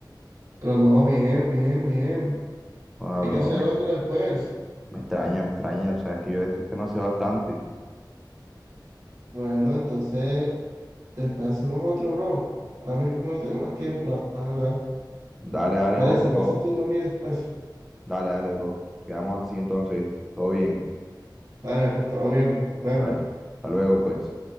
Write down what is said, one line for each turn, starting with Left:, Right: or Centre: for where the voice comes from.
Right: pero no, bien, bien, bien.
Centre: Ah,
Right: Hay
Centre: bro,
Right: que hacer
Centre: me,
Right: otro después.
Centre: me extraña, me extraña. Sabes que yo de estos temas sé bastante.
Right: Bueno, entonces, después hacemos otro, bro. Ahora mismo no tengo más tiempo, la verdad.
Centre: Dale, dale,
Right: Parece,
Centre: José, todo.
Right: me haces tú uno a mí después.
Centre: Dale, dale, bro. Quedamos así entonces, ¿viste? Todo bien.
Right: Vale, pues todo bien, nos vemos.
Centre: Dale. Hasta luego, pues.